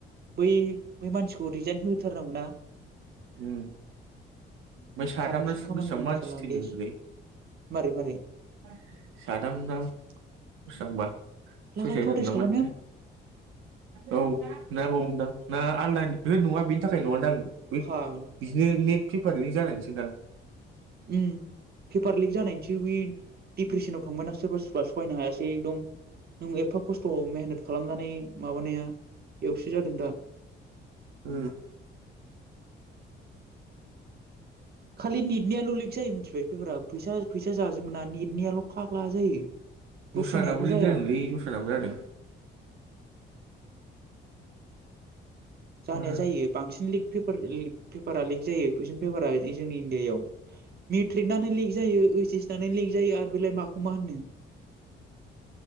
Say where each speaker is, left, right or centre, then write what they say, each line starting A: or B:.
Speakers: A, on the right (about 55°); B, on the right (about 90°).
A: बै बै मानसिखौ रिजाइन हो होथारनांगौ ना
B: ओम ओमफ्राय साथामना
A: कारापसन खामानि
B: बेसेबां
A: मावो
B: मानसि
A: साला
B: थैदों
A: देस मारै मारै
B: <unintelligible> साथामना बेसांबा
A: लागाय
B: सुइससाइट
A: प्रटेस्ट
B: जादों ना
A: खालामनायाव
B: मादोंथाय औ <unintelligible> ना आलदा नि होद नङा बेनि थाखाय नङानदां बे
A: फाग्ला
B: बिदिनो नेट पेपारलि जानायनिसो दां
A: ओम पेपार लिक जानायनिसो बै डिप्रेसन आव <unintelligible> सहायनो हायासै एकदम नों एफा खस्थ' मेहनत खालामनानै माबानाया बेयावसो जादों दा।
B: ओ
A: खालि नेटनिया ल' लिक जायो मोनथि बे पेफारा फैसा फैसा जाजोबोना नेटनियाल' फाग्ला जायो
B: दस्रानाबो
A: दस्रानियाथ'
B: लिक
A: जाया।
B: जादोंलै दस्रानाबो जादों
A: जानाया
B: उम
A: जायो बांसिन लिक पेपार पेपारा लिक जायो कुइसन पेपारा जोंनि इण्डियायाव मेट्रिकनानो लिक जायो ओइस एसनानो लिक जायो आरो बेलाय मा। मा होननो